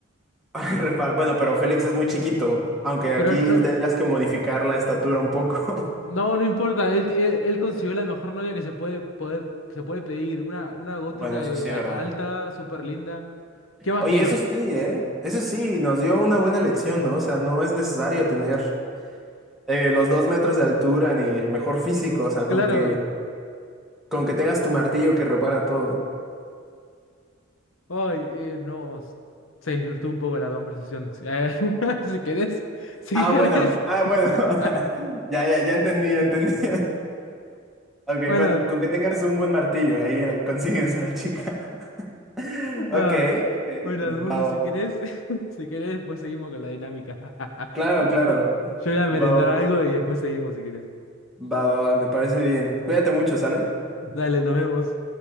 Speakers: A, in the centre; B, on the left (about 80°).
A: <laughs> Ay, Repa- Bueno, pero Félix es muy chiquito, aunque
B: Pero
A: aquí
B: no,
A: tendrías que modificar la estatura un poco.
B: no,
A: <laughs>
B: no importa. Él, ti- él, él consiguió la mejor novia que se puede poder, se puede pedir. Una, una gótica
A: Bueno, eso
B: de
A: sí,
B: a-
A: ¿verdad?
B: alta, súper linda. ¿Qué más
A: Oye,
B: quiero?
A: eso sí, ¿eh? Eso sí, nos dio una buena lección, ¿no? O sea, no es necesario tener eh, los dos metros de altura ni el mejor físico, o sea,
B: Claro.
A: con que, con que tengas tu martillo que repara todo.
B: hoy eh, no. s- Se desvirtuó un poco la conversación. Si eh, <laughs> si querés, si
A: Ah,
B: querés.
A: bueno, ah,
B: <laughs>
A: bueno. <laughs> Ya, ya, ya entendí, ya entendí. <laughs> Ok,
B: Bueno,
A: con, con que tengas un buen martillo, ahí la- consigues a la chica. <laughs> Ok,
B: ah,
A: ok.
B: bueno, Edmundo,
A: Va, va.
B: si querés, <laughs> si querés, después seguimos con la dinámica. <laughs>
A: Claro,
B: Yo
A: claro.
B: yo voy a merendar
A: Va, va,
B: algo
A: va.
B: y después seguimos si querés.
A: Va, va, va, me parece bien. Cuídate mucho, ¿sale?
B: Dale, nos vemos.